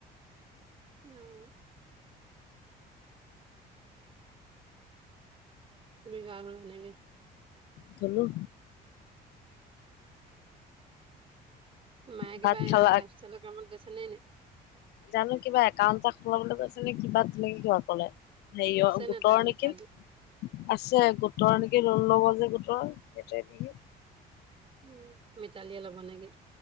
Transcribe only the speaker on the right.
উওম' তুমি গা ধূলা নেকি?
মায়ে
কিবা
এমলেহোষ্টেলৰ কামত গৈছে নে এনেই?
আছে
নে তাই মিতালী
উম' মিতালীয়ে ল'ব নেকি?